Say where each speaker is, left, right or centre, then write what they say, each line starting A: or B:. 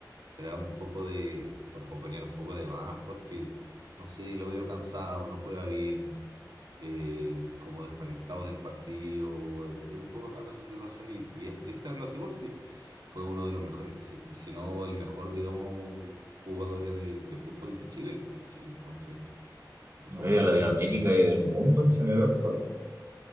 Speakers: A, on the right; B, on the right.
A: Será un poco de, por foconear un poco de más, porque, no sé, lo veo cansado, no juega bien, eh, como desconectado del partido. Es un poco rara su situación y, y es triste verlo así porque fue uno de los mejores, si, si no el mejor, digamos, jugadores de, de fútbol de Chile, ¿cachai? Entonces, un
B: No,
A: poco
B: y de
A: extraño.
B: Latinoamérica y del mundo en general fue. po.